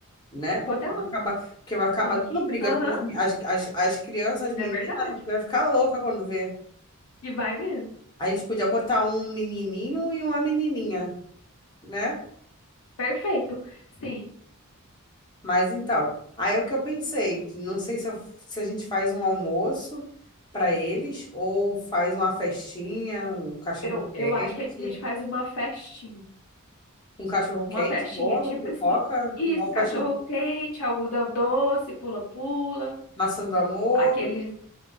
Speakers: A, on the left; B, on the left.
A: né? Porque
B: Vou até anotar
A: vai acabar, porque vai acabar
B: aqui.
A: dando briga,
B: Aham,
A: porque as, as, as as crianças, as meninas,
B: é verdade.
A: vai ficar louca quando vê.
B: E vai mesmo.
A: A gente podia botar um menininho e uma menininha, né?
B: Perfeito. Sim,
A: Mas então, aí é o que eu pensei, não sei se, eu- se a gente faz um almoço para eles ou faz uma festinha, um cachorro-quente,
B: eu, eu acho que a gente faz uma festinha.
A: um cachorro-quente,
B: Uma festinha,
A: bolo,
B: tipo
A: pipoca,
B: assim. Isso,
A: igual
B: cachorro
A: festa
B: quente, algodão doce, pula-pula,
A: maçã do amor,
B: aqueles